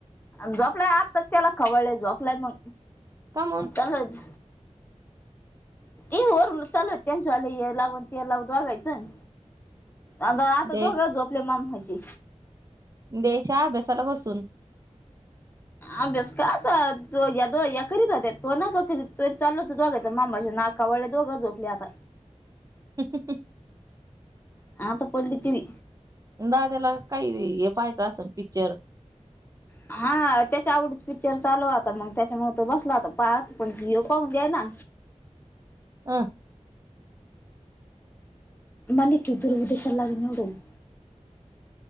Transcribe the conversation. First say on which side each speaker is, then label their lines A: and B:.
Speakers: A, on the left; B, on the right.
A: झोपलाय आताच त्याला खवळलंय, झोपलाय मग
B: कामून
A: चलच ए होर चालू त्यांच्यावाले हे लावून ते लाव दोघांचं. आनं आता
B: द्यायच
A: दोघं झोपले आपल्या माममाची.
B: द्यायच्या आभ्यासायला बसून.
A: अभ्यास का आता दोघ्या या करीत होत्या तो न तो चाल होत तोघ मामाच्या नाक खवळले दोघं झोपले आता.
B: क <unintelligible>
A: आता पडली तिवी.
B: दाद्याला काही हे पाहायचं असंल पिक्चर.
A: हा त्याच्या आवडीच पिक्चर चालू आता मग त्यांच्यामुळे तो बसला आता पाहत. पण पाहु द्या ना.
B: हं <inaudible>
A: मने क उ तुरव दे चलाग नोड <inaudible>